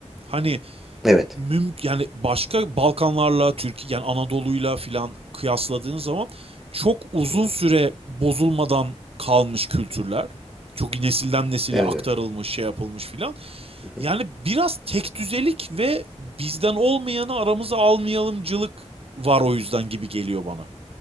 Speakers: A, on the right (about 55°); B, in the centre.
A: Hani
B: Evet.
A: mümkün yani başka Balkanlarla Türkiye yani Anadolu'yla filan kıyasladığın zaman çok uzun
B: Hı hı.
A: süre bozulmadan kalmış kültürler. Çok nesilden nesile
B: Evet
A: aktarılmış,
B: evet.
A: şey yapılmış filan.
B: Hı hı.
A: Yani biraz tek düzelik ve bizden olmayanı aramıza almayalımcılık var o yüzden gibi geliyor bana.